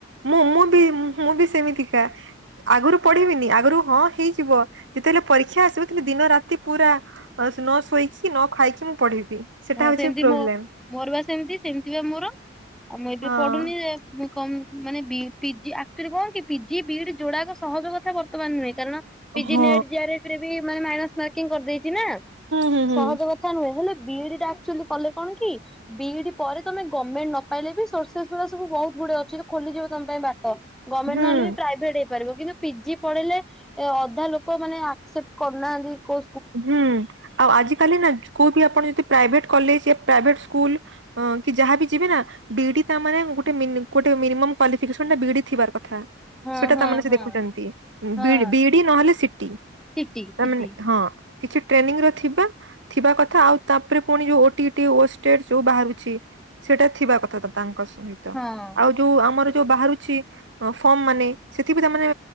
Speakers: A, on the right; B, in the centre.
A: ମୁଁ ମୁଁ ବି ମୁଁ ବି ସେମିତିକା। ଆଗରୁ ପଢିବିନି ଆଗରୁ ହଁ ହେଇଯିବ ଯେତେବେଳେ ପରୀକ୍ଷା ଆସିବ ସେତେବେଳେ ଦିନ ରାତି ପୁରା ଆଉ ନ ଶୋଇକି ନ ଖାଇକି ମୁଁ ପଢିବି। ସେଟା
B: ହଁ
A: ହଉଛି
B: ସେମିତି
A: ପ୍ରୋବ୍ଲେମ
B: ମୋ ମୋର ବା ସେମିତି ସେମିତି ବା ମୋର। ଆଉ ମୁଁ ଏବେ
A: ହଁ।
B: ପଢୁନି ଯେ ମୁଁ କ ମାନେ ପି ପି ଜି ଆକଚୁଲି କଣ କି ପି ଜି ବି ଡି ଯୋଉ ଗୁଡାକ ସହଜ କଥା ବର୍ତ୍ତମାନ ନୁହେଁ କାରଣ। ପି
A: ହୁଁ
B: ଜି ନେଟ ଜାରେ ସେରେ ବି ମନେ ମାଇନସ ମାର୍କିଂ କରିଦେଇଛି ନା
A: ହୁଁ ହୁଁ
B: ସହଜ କ କଥା ନୁହେଁ ହେଲେ ବି ଇ ଡି ଟା ଆକଚୁଲି କଲେ କଣ କି ବି ଇ ଡି ପରେ ତମେ ଗମେଣ୍ଟ ନ ପାଇଲେ ବି ସୋର୍ସେସ ଗୁରା ସବୁ ବହୁତ ଗୁଡେ ଅଛି ଖୋଲିଯିବ ତମ ପାଇଁ ବାଟ। ଗମେଣ୍ଟ
A: ହୁଁ
B: ନହେଲେ ବି ପ୍ରାଇଭେଟ ପାରିବ କିନ୍ତୁ ପି ଜି ପଢେଇଲେ ଏ ଅଧା ଲୋକ ମାନେ ଆକସେପ୍ଟ କରୁନାହାନ୍ତି କ
A: ହୁଁ ଆଉ ଆଜି କାଲି ନା କୋଉ ବି ଆପଣ ଯଦି ପ୍ରାଇଭେଟ କଲେଜ ୟା ପ୍ରାଇଭେଟ ସ୍କୁଲ ହଁ କି ଯାହାବି ଯିବେ ନା ବିଇଡି ତା ମାନେ ଗୋଟେ ମିନି ଗୋଟେ ମିନିମ କ୍ୟୁଲିଫି କେଷନରେ ବିଡି ଥିବାର କଥା।
B: ହଁ
A: ସେଟା
B: ହଁ
A: ତାମାନେ ସେ
B: ହଁ
A: ଦେଖୁଛନ୍ତି
B: ହଁ
A: ବି ବିଡି ନହେଲେ ସିଟି
B: ସିଟି ସିଟି
A: ତାମାନେ ହଁ। କିଛି ଟ୍ରେନିଂ ର ଥିବା ଥିବା କଥା ଆଉ ତାପରେ ପୁଣି ଯୋଉ ଓଟିଟି ଓଷ୍ଟେଯେ ଯୋଉ ବାହାରୁଛି। ସେଇଟା ଥିବା କଥା ତ ତାଙ୍କ ସହିତ।
B: ହଁ।
A: ଆଉ ଯୋଉ ଆମର ଯୋଉ ବାହାରୁଛି ପଫର୍ମ ମାନେ ସେଥି ବି ତା ମାନେ